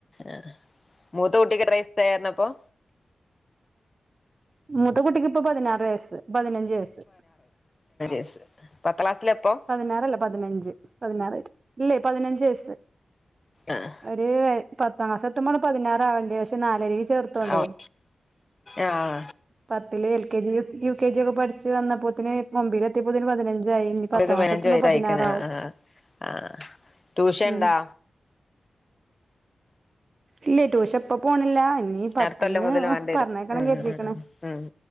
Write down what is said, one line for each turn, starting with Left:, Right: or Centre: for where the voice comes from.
Left: ആഹ് മൂത്ത കുട്ടിക്ക് എത്ര വയസ്സായി എന്നപ്പൊ
Right: മൂത്ത കുട്ടിക്ക് ഇപ്പൊ പതിനാറ് വയസ്സ് പതിനഞ്ച് വയസ്സ്
Left: എസ് പത്ത് ക്ലാസ്സിലെപ്പോ
Right: പതിനാറല്ല പതിനഞ്ച് പതിനാറായി ഇല്ലേ പതിനഞ്ച് വയസ്സ്
Left: അഹ് ആഹ്
Right: ഒര് വയ് പത് ത്തമാസത്തുമ്പള് പതിനാറാവണ്ട്യ പക്ഷെ നാലരെ ചേർത്തോണ്ട്
Left: ആഹ് ആഹ്
Right: പത്തില് L K G U K G ഒക്കെ പഠിച്ച് വന്നപ്പോത് ന് ൺമ്പിലെത്തിയപ്പോന് പതിനഞ്ചായി പത്താം
Left: ഇത്
Right: ക്ലാസ്
Left: പതിനഞ്ച
Right: എത്തുമ്പോ
Left: വയസായിക്കണ്
Right: പതിനാറാവും
Left: ആഹ് ആഹ് അഹ് ട്യൂഷൻ
Right: ഉം
Left: ഇണ്ടാ
Right: ഇല്ലേ ട്യൂഷ്യ ഇപ്പൊ പോണില്ല ഇനി പത്തിന്
Left: അടുത്ത കൊല്ലം മുതല്
Right: ഒഹ്
Left: വേണ്ടി
Right: പറഞ്ഞേക്കണം
Left: വരും ഉം
Right: കര്തീക്ണ്
Left: ഉം ഉം